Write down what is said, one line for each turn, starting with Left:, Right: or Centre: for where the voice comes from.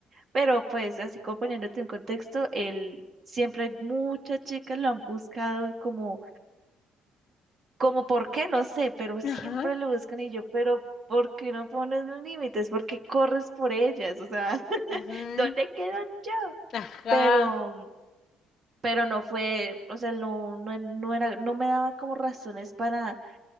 Right: Pero pues así como poniéndote en contexto, él siempre muchas chicas lo han buscado como como por qué, no sé, pero siempre
Left: Ajá,
Right: lo buscan y yo, pero ¿por qué no pones los límites? ¿Por qué corres por ellas? O sea, <laughs>
Left: ujú,
Right: ¿dónde quedo yo?
Left: ajá,
Right: Pero, pero no fue, o sea, no, no, no era, no me daba como razones para,